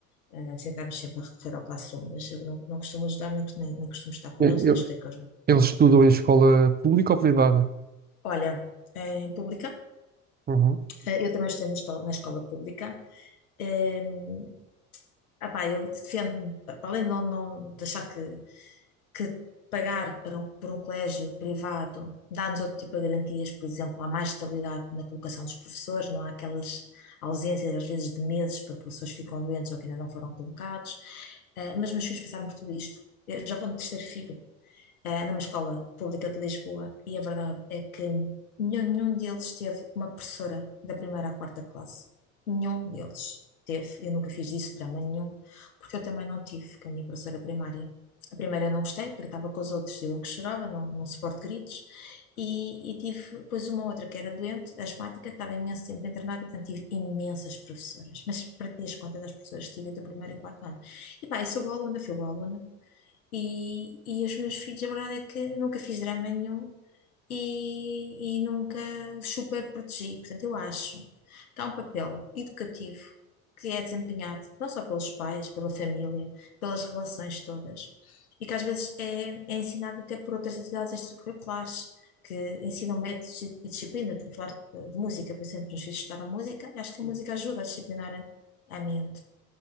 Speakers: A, on the left; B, on the right.
A: Uh, sentámos sempre a recorrer ao Classroom, mas eu não, não costumo ajudar, nem, nem, nem costumo estar com
B: Eu-
A: eles,
B: eu-
A: nem estudei com eles.
B: Eles estudam em escola pública ou privada?
A: Olha, em pública,
B: Uhum.
A: uh, eu também estudei na escola, na escola pública. Um, apá, eu defendo-me, para além de não, não de achar que, que pagar para um, por um colégio privado dá-nos outro tipo de garantias, por exemplo, há mais estabilidade na colocação dos professores, não há aquelas ausências, às vezes, de meses, para professores que ficam doentes ou que ainda não foram colocados. Uh, mas meus filhos passaram por tudo isto. Eu já vou no terceiro filho, eh, numa escola pública de Lisboa, e a verdade é que nenhum, nenhum deles teve uma professora da primeira à quarta classe. Nenhum deles teve. Eu nunca fiz disso, drama nenhum, porque eu também não tive com a minha professora primária. A primeira eu não gostei, gritava com os outros, eu é que chorava, não, não suporto gritos. E, e tive depois uma outra que era doente, asmática, estava imenso tempo internada, portanto tive imensas professoras. Mas perdi as contas das professoras que tive do primeiro e quarto ano. E pá, e sou boa aluna, fui boa aluna. E, e os meus filhos, a verdade é que nunca fiz drama nenhum e, e nunca os super protegi. Portanto, eu acho que há um papel educativo que é desempenhado não só pelos pais, pela família, pelas relações todas, e que às vezes é, é ensinado até por outras atividades extracurriculares. Que ensinam métodos e e disciplina. Estou a falar eh, de música, por exemplo, os meus filhos estudaram música e acho que a música ajuda a disciplinar a, a mente.